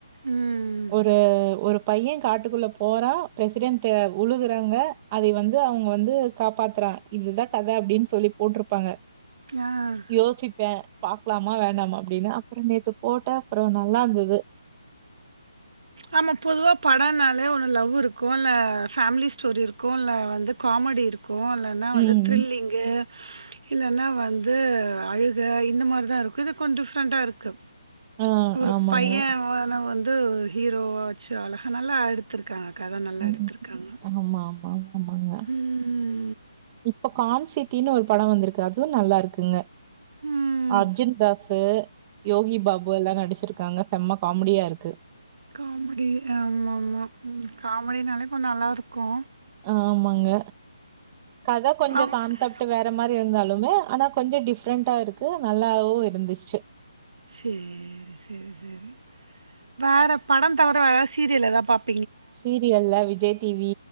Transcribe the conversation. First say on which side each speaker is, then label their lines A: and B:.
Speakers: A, on the right; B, on the right.
A: ம்
B: ஒரு ஒரு பைய காட்டுக்குள்ள போறா பிரசிடென்ட்டு உழுகுறாங்க அதைய வந் து அவ்ங்க வந்து காப்பாத்துறா இதுதா கதை அப்டின் சொல்லி போட்டிருப்பாங்க
A: ஆஹ்
B: யோசிப்பே பாக்கலாமா வேணமா அப்டின்னு அப்புறோ நேத்து போட்டே அப்புறோ நல்லா இருந்தது
A: ஆமா பொதுவா படன்னாலே ஒனு லவ்வு இருக்கு இல்ல ஃபேமிலி ஸ்டோரி இருக்கு இல்லை வந்து காமடி இருக் கு இல்லனா வந்து
B: ம்.
A: த்ரில்லிங்கு இல்லனா வந்து அழுக இந்த மாரி தா இருக்கு இது கொஞ்சம் டிஃப்ரெண்ட்டா இருக்கு
B: ஆ
A: ஒரு
B: ஆமாங்க.
A: பைய இவனை வந்து ஹீரோவா வெச்சு அழகா நல்லா அடுத் துருகாங்க கத நல்லா
B: ம்.
A: எடுத்துருகாங்க
B: ஆமா, ஆமா, ஆமாங்க.
A: ம்
B: இப்ப கான்சிட்டினு ஒரு படம் வந்திருக்கு‌ அதுவு நல்லா இருக்குங்க
A: ம்.
B: அர்ஜுன் தாஸ் ஸு யோகி பாபு எல்லா நடிச்சுர்காங்க செம்ம காமெடியா இருக்கு
A: காமெடி ஆம் ஆமா ம் காமெடினால கொஞ்சோ நல்லா இருக்கு
B: ஆமாங்க கத கொஞ்ச
A: அவ்
B: கான்சாப்ட் டு வேற மாரி இருந்தாலுமே ஆனா கொஞ்சோ டிஃபரெண்ட்டா இருக்கு நல்லாவு இருந்துச்சு
A: சேரி செரி செரி வேற படம் தவிர வேறது சீரியல் ஏதா பாப்
B: சீரியல்ல விஜய் டிவி